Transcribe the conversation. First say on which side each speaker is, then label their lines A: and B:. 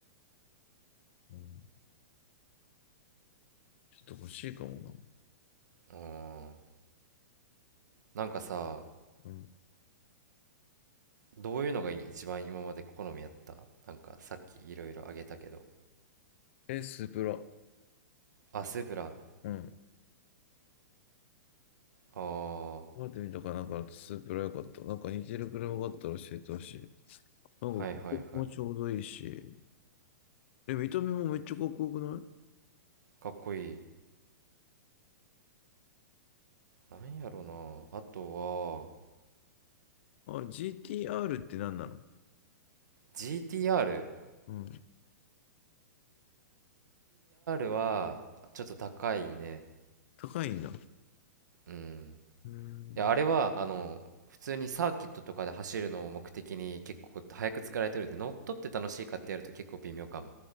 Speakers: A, on the left (about 45°); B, on the right (about 85°).
A: うん。ちょっと欲しいかもな。
B: うーんなんかさ
A: うん。
B: どういうのが一番今まで好みやったなんかさっきいろいろあげたけど
A: え、スープラ。
B: あスープラ
A: うん。
B: ああ、は
A: 待ってみたかなんかだとスープラ良かった。なんか似てる車があったら教えてほしい。なんかここもちょうどいいし。
B: いはいはい。
A: え、見た目もめっちゃかっこよくない
B: かっこいい。なんやろな。あとは、
A: あ、GTR って何なの
B: GTR?GTR
A: うん。
B: は、ちょっと高いね。
A: 高いんだ。
B: うん。
A: うん。
B: いや、あれは、あの、普通にサーキットとかで走るのを目的に結構早く作られてるんで、乗っ取って楽しいかってやると結構微妙かも。